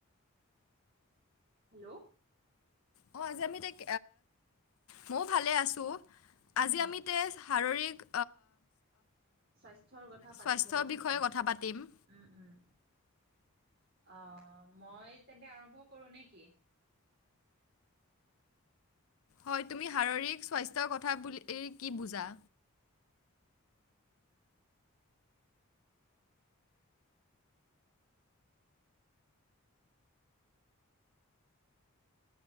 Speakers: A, on the right (about 45°); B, on the left (about 75°).
A: হেল্ল'
B: অ আজি আমি তাইক মইও ভালে আছোঁ
A: উম
B: আজি আমি তে শাৰীৰিক
A: স্বাস্থ্যৰ কথা পাতিম
B: স্বাস্থ্যৰ
A: বুলি ভাবিছো
B: বিষয়ে কথা পাতিম।
A: উম উম অ মই তেন্তে আৰম্ভ কৰোঁ নে কি?
B: হয় তুমি শাৰীৰিক স্বাস্থ্যৰ কথা বুলি কি বুজা।